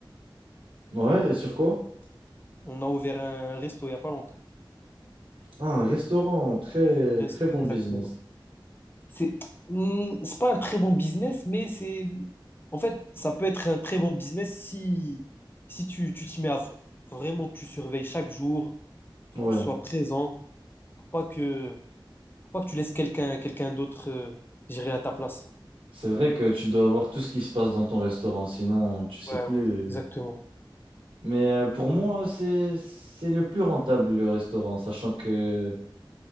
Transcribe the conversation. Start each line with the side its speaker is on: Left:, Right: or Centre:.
Right: Ouais, et sur quoi?
Left: On a ouvert un resto il y a pas longtemps.
Right: Ah, un restaurant, très,
Left: Un resto,
Right: très bon
Left: exactement.
Right: business.
Left: C'est Hmm, c'est pas un très bon business, mais c'est... En fait, ça peut être un très bon business si, si tu tu t'y mets à fond. Faut vraiment que tu surveilles chaque jour. Faut
Right: Ouais.
Left: que tu sois présent. Faut pas que, faut pas que tu laisses quelqu'un quelqu'un d'autre euh, gérer à ta place.
Right: C'est vrai que tu dois avoir tout ce qui se passe dans ton restaurant, sinon tu sais
Left: Ouais,
Right: plus.
Left: ouais, exactement.
Right: euh. Mais euh, pour moi, c'est, c'est le plus rentable, le restaurant, sachant que,